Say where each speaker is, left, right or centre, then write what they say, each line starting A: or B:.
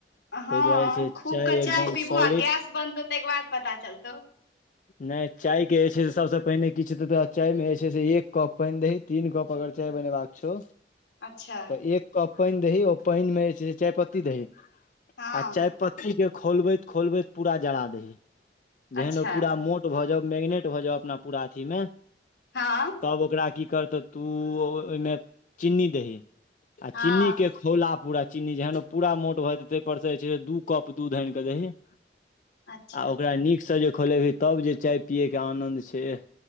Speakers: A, on the left; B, on the left.
A: ताहि
B: हँ
A: दुआरे छै
B: खूब कऽ चाय
A: एकदम
B: पीबू
A: सॉलिड
B: आ गैस बनतौ तै के बाद पता चलतौ
A: नहि चाय के जे छै से सबसँ पहिने किछु तऽ तोरा चाय मे जे छै से एक कप पानि दही तीन कप अगर चाय बनेबाक छौ
B: अच्छा
A: तऽ एक कप पानि दही ओ पानि मे जे छै चाय पत्ती दहि
B: हँ
A: आ चाय पत्ती के खोलबैत खोलबैत पूरा जरा दही जेहन
B: अच्छा
A: ओ पूरा मोट भऽ जाउ मैगनेट भऽ जाउ अपना पूरा अथि मे
B: हँ
A: तब ओकरा की करतौ तुऽ ओहिमे चीनी दहि आ
B: हँ
A: चीन्नी के खौला पूरा चीन्नी जेहन ओ पूरा मोट भऽ जेतै ताहिपरसँ जे छै से दू कप दूध आनि कऽ दही
B: अच्छा
A: आ ओकरा नीकसँ जे खोलेबही तब जे चाय पियैके आनन्द छै एह